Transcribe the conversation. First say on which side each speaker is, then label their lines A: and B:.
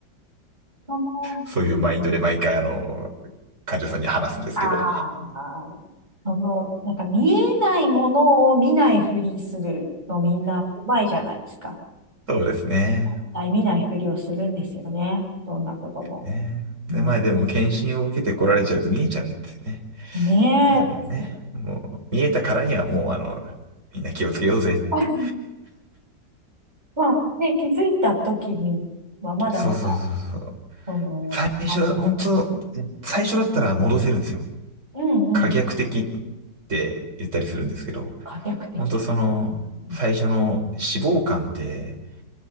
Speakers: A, on the right (about 20°); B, on the right (about 40°).
A: その、
B: そういうマインドで毎回あの、患者さんに話すんですけど。
A: ああ、その、なんか見えないものを見ないふりするのみんなうまいじゃないですか。
B: そうですね。
A: 絶対見ないふりをするんですよね。どんなことも。
B: ね。で、
A: うん
B: まあでも検診を受けて来られちゃうと見えちゃうんですよね。
A: ねえ。
B: でもね、もう見えたからにはもうあの、みんな気をつけようぜって。
A: <laughs> まあね、気づいた時にはまだまだ、
B: そうそうそうそう。
A: その、
B: 最初、
A: あの、
B: 本当、最初だったら戻せるんですよ。
A: うんうん、
B: 可逆的って言ったりするんですけど、
A: 可逆的。
B: 本当その、
A: うん、
B: 最初の脂肪肝って、